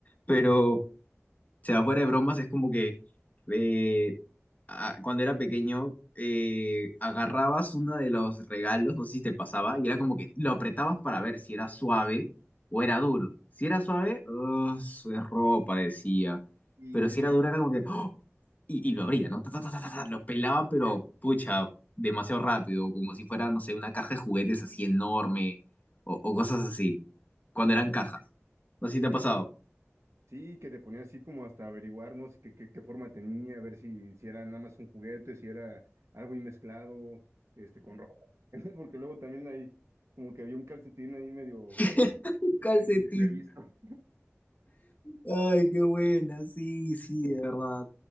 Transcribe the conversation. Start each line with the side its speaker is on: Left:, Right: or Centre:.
Left: Pero sea, fuera de bromas, es como que eh, a- cuando era pequeño eh, agarrabas uno de los regalos, no sé si te pasaba, y era como que lo apretabas para ver si era suave o era duro. Si era suave, oh, su error parecía.
Right: Y
Left: Pero si era
Right: sí.
Left: duro, era como que. ¡oh! Y, y lo abría, ¿no? Ta, ta, ta, ta, ta, ta, lo pelaba, pero pucha, demasiado rápido, como si fuera, no sé, una caja de juguetes así enorme o, o cosas así, cuando eran cajas. No sé si te ha pasado.
Right: Sí, que te ponía así como hasta averiguar, ¿no? Si qué, qué, qué forma tenía, a ver si, si era nada más un juguete, si era algo ahí mezclado, este, con ropa. <laughs> Porque luego también ahí, como que había un calcetín ahí medio
Left: <laughs> Un
Right: eh,
Left: Calcetín.
Right: de imprevisto. <laughs>
Left: Ay, qué buena, sí, sí, de verdad.